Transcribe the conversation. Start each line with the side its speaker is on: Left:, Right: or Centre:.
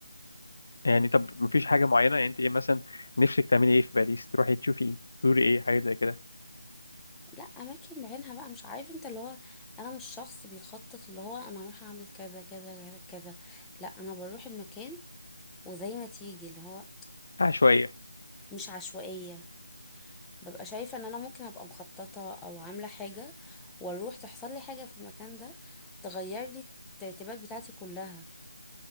Left: يعني طب مفيش حاجه معينه يعني انت ايه مثلا نفسك تعملي ايه في باريس تروحي تشوفي ايه تزوري ايه حاجه زي كده
Centre: لا اماكن بعينها بقى مش عارف انت اللي هو انا مش شخص بيخطط اللي هو انا هروح اعمل كذا كذا كذا كذا. لا انا بروح المكان وزي ما تيجي اللي هو
Left: عشوائيه
Centre: مش عشوائية ببقى شايفة ان انا ممكن ابقى مخططة او عاملة حاجة واروح تحصل لي حاجة في المكان ده تغير لي الترتيبات بتاعتي كلها